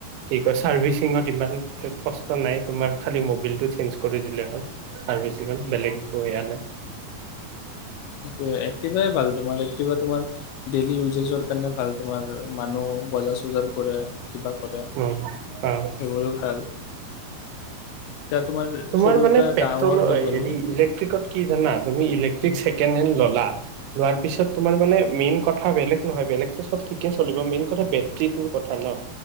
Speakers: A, on the right; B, on the left.
A: কি চাৰ্ভিচিঙত ইমান কষ্ট নাই, তোমাৰ খালি মবিলটো চেঞ্জ কৰি দিলে হ'ল। চাৰ্ভি ইমান বেলেগ একো সেয়া নাই।
B: সেইটোৱে একটিভাই ভাল তোমাৰ, একটিভা তোমাৰ ডেইলি ইউজেজৰ কাৰণে ভাল। তোমাৰ মানুহ বজাৰ চজাৰ কৰে কিবা কৰে
A: অ অ
B: সেইবোৰো ভাল এতিয়া
A: তোমাৰ
B: সৰুৰ
A: মানে
B: পৰা
A: পেট্ৰল
B: ডাঙৰ হৈ গ'লো
A: হেলেক্ট্ৰিকত কি জানা তুমি ইলেক্ট্ৰিক
B: উম,
A: ছেকেণ্ড হেণ্ড ল'লা লোৱাৰ পিছত তোমাৰ মানে মেইন কথা বেলেগ নহয় বেলেগতো চব ঠিকেই চলিব মেইন কথা বেট্ৰিটোৰ কথা ন